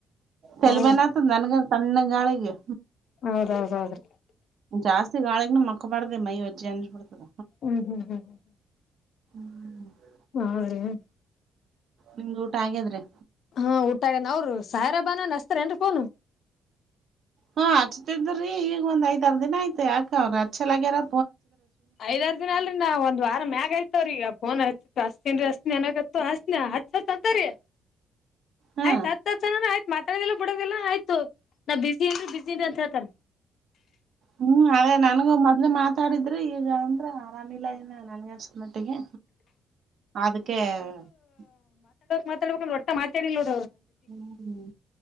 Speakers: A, on the right (about 65°); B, on the left (about 65°).
A: ತಲೆಮೇನತ
B: ಹ್ಮ್
A: ನನ್ಗ ಸಣ್ಣ ಗಾಳಿಗೆ.
B: ಹೌದೌದ್ ಹೌದ್ರೀ
A: ಜಾಸ್ತಿ ಗಾಳಗ್ನು ಮಕ್ಬಾರ್ದ ಮಜ್ಜ ಅಿಸ್ಬ ಬಿಡ್ತದ.
B: ಹ್ಮ್ ಹ್ಮ್ ಹ್ಮ್ ಹ್ಮ್ ಹ್ಮ್.
A: ಹ್ಮ್ <inaudible>
B: ಹಾ <unintelligible>
A: ನಿಮ್ದ್ ಊಟ ಹಾಗಗ್ಯಾದ್ರೆ.
B: ಹಾ ಊಟಾಗ ಅವರು ಸಾಯಿರಾಬಾನನ್ ಅಸ್ರ ಏನ ಪುನೀತ್.
A: ಹ್ಮ ಹಚ್ತಿದ್ರೀ ಈಗ ಒಂದ್ ಐದ್ರ್ ದಿನ ಆಯ್ತೆ ಯಾಕ ಅವ್ರ ಹಚ್ಚಲಗ್ಯಾರ.
B: ಐದ್ಾರ ದಿನ ಅಲ್ರಿ ನಾವ ಒಂದ್ ವಾರ ಮ್ಯಾಗ ಆಯ್ತವ್ರೀ ಈಗ ೋನ್ ಆಯ್ತು <unintelligible> ಹಸ್ನನಾಗತ್ತು ಹ ಹ ರೀ
A: ಹಾ
B: ಆಯ್ತು ಹತ್ ಆಯ್ತ. ಮಾತಾಡುದಿಲ್ಲಾ ಬಿಡೋಲ್ಲ ಆಯ್ತು ನಾ ಬಿಸಿ ಏರು ಬಿಸಿ ಅಂತ ಹೇಳ್ತಾರ.
A: ಹ್ಮ್ ಅದೇ ನನ್ಗೂ ಮೊದ್ ಮಾತಾಡಿದ್ರೆ ಈಗ ಅಂದ್ರ ಆರಾಮಿಲ್ಲ ಇಲ್ಲ ನನ್ಗೆ. ಮಟ್ಟಿಗೆ ಅದಕ್ಕೆ <unintelligible>
B: ಮಾತಾಡಬೇಕ ರಟ್ಟ ಮಾತಾಡಿ <unintelligible>
A: ಹ್ಮ್